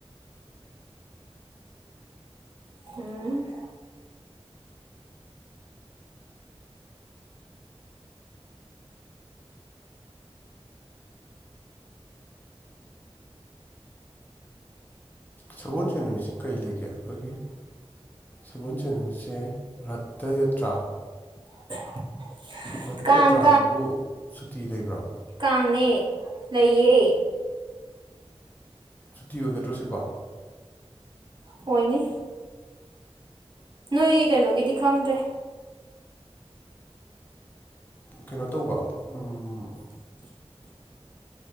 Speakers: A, on the right (about 45°); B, on the left (about 15°).
A: ꯎꯝ
B: ꯁꯒꯣꯜꯁꯦꯟ ꯅꯨꯃꯤꯠꯁꯤ ꯀꯩ ꯂꯩꯒꯦ ꯑꯩꯈꯣꯏꯒꯤ ꯁꯒꯣꯜꯁꯦꯟ ꯅꯨꯃꯤꯠꯁꯦ ꯔꯠꯇ ꯌꯥꯇ꯭ꯔꯥ
A: <inaudible>
B: ꯔꯠꯇꯦꯇ꯭ꯔꯥꯁꯤꯕꯨ
A: ꯀꯥꯡ
B: ꯁꯨꯇꯤ ꯂꯩꯕ꯭ꯔꯣ
A: ꯀꯥꯡꯉꯦ ꯂꯩꯌꯦ
B: ꯁꯨꯇꯤ ꯑꯣꯏꯒꯗ꯭ꯔꯣ ꯁꯤꯕꯣ
A: ꯑꯣꯏꯅꯤ ꯅꯣꯏꯒꯤ ꯀꯩꯅꯣꯒꯤꯗꯤ ꯈꯪꯗ꯭ꯔꯦ
B: ꯀꯩꯅꯣ ꯇꯧꯕ ꯎꯝ
A: <inaudible>